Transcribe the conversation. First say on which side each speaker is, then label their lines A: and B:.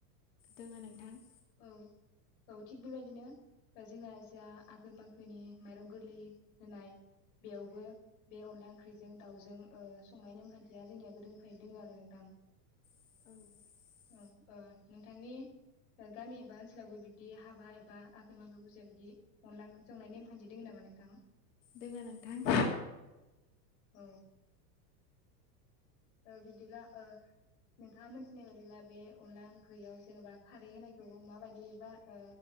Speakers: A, on the left (about 80°); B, on the left (about 45°).
A: दोङो नोंथां।
B: औ औ थिग बेबायदिनो। बा जोंना जोहा आघोन माखोनि माइरं गोरलै होनाय बेयावबो बे अनला ओंख्रिजों दाउजों ओ संनाय नेमखान्थिया जोंनिया गोदोनिफ्रायनो दोङो आरो नोंथां।
A: <inaudible>
B: औ ओ नोंथांनि। ओ गामि एबा ओनसोलावबो बिब्दि हाबा एबा आघोन माखो बुजिया बिदि अनला ओंख्रि संनाय नेम खान्थि दोङो नामा। ना नोंंथां।
A: दोङो नोंथां।
B: औ। ओ बिदिब्ला ओ। नोंथाङा मोनथिनाय बादिब्ला बे अनला ओंख्रियाव जेनबा खारै होनायखौ माबायदि बार ओ।